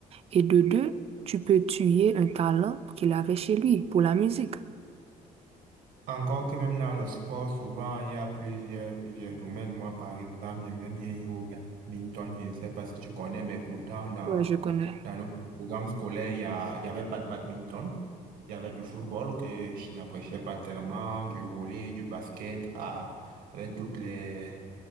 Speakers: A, on the right; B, on the right.
A: Et de deux, tu peux tuer un talent qu'il avait chez lui pour la musique.
B: Encore que même dans le sport, souvent, il y a plusieurs, plusieurs domaines. Moi, par exemple, j'aimais bien jouer au badminton. Je ne sais pas si tu connais, mais pourtant, dans,
A: Ouais, je connais.
B: dans notre programme scolaire, il y a, il y avait pas de badminton. Il y avait du football que je n'appréciais pas tellement, du volley, du basket, à, avec toutes les,